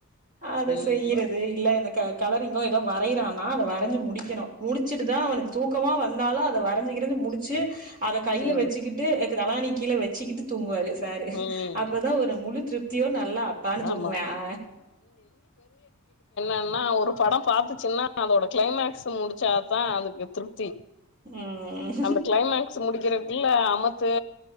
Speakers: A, on the right; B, on the left.
A: அதை
B: ம்
A: செய்யிறது இல்லைந்த கலரிங்கோ ஏதோ வரையறானா அத வரைஞ்சி முடிக்கணு முடிச்சிட்டு தா அவனுக்கு தூக்கமாக வந்தாலு அதை வர உட்காந்து ஆது முடிச்சு அத கையில
B: ம்
A: வச்சுக்கிட்டு தலகாணி கீழே வச்சுக்கிட்டு தூங்குவாரு சாரு
B: ம்
A: அப்பதான் ஒரு முழு திருப்தியோ நல்லா அப்பான்னு
B: ஆமா
A: தூங்குவே ஆ
B: ன் ஒரு படம் பாத்துச்சுன்னா அதோட கிளைமக்ஸ் முடிச்சாதா அதுக்கு திருப்தி
A: ம்
B: அந்த கிளைமேக்ஸ் முடிக்கிற இல்ல அமுத்து